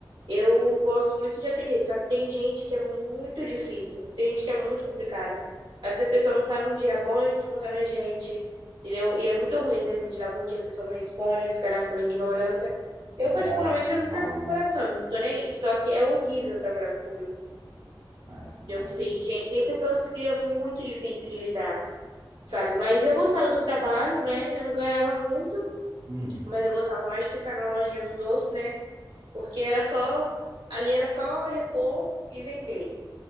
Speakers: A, on the right; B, on the right.
A: Eu gosto muito de atender, só que tem gente que é muito difícil, tem gente que é muito complicada. Às vezes a pessoa não tá num dia bom e desconta na gente, entendeu? E é muito ruim, às vezes a gente dá bom dia, a pessoa não responde, fica naquela ignorância. Eu,
B: Nossa,
A: particularmente,
B: nem
A: eu não
B: fala.
A: levo pro coração, eu não tô nem aí. Só que é horrível trabalhar com público,
B: É, não.
A: entendeu? Que tem gente, tem pessoas que é muito difícil de lidar, sabe? Mas eu gostava do trabalho, né? Eu não ganhava muito,
B: Hum.
A: mas eu gostava mais de ficar na lojinha do doce, né? Porque era só, ali era só repor e vender.